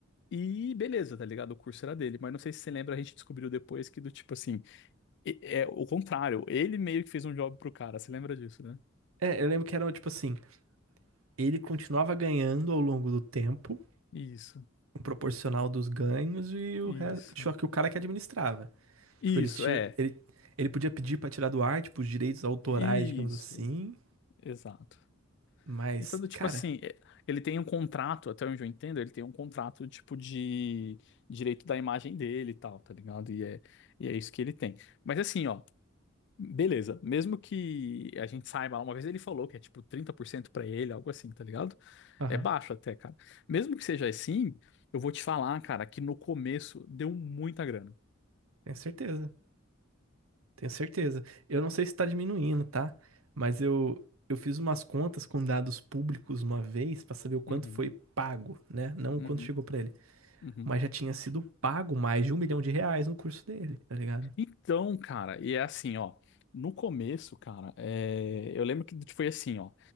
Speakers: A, on the left; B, on the right.
A: e beleza, tá ligado? O curso era dele. Mas não sei se você lembra, a gente descobriu depois que do tipo assim, e- é o contrário, ele meio que fez um job pro cara, você lembra disso, né?
B: É, eu lembro que era tipo assim: ele continuava ganhando ao longo do tempo,
A: Isso,
B: um proporcional dos ganhos e o
A: isso,
B: resto. Só que o cara que administrava.
A: isso,
B: Tipo, eles tinham,
A: é,
B: ele, ele podia pedir pra tirar do ar, tipo, os direitos autorais,
A: isso,
B: digamos assim.
A: exato.
B: Mas,
A: Então, do tipo
B: cara,
A: assim, é- ele tem um contrato, até onde eu entendo, ele tem um contrato, tipo, de direito da imagem dele e tal, tá ligado? E é, e é isso que ele tem. Mas assim, ó, beleza, mesmo que a gente saiba lá, uma vez ele falou que é tipo 30% pra ele, algo assim, tá ligado?
B: aham,
A: É baixo até, cara. Mesmo que seja assim, eu vou te falar, cara, que no começo deu muita grana.
B: tenho certeza. Tenho certeza. Eu não sei se tá diminuindo, tá? Mas eu, eu fiz umas contas com dados públicos uma vez pra saber o quanto
A: Uhum,
B: foi pago, né? Não o
A: uhum,
B: quanto chegou pra ele.
A: uhum.
B: Mas já tinha sido pago mais de um milhão de reais no curso dele, tá ligado?
A: Então, cara, e é assim, ó. No começo, cara, é, eu lembro que foi assim, ó.